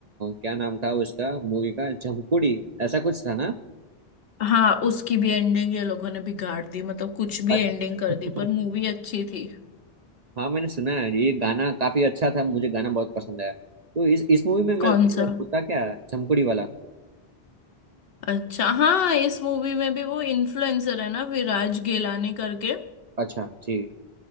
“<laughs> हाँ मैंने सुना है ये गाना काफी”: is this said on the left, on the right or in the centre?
Right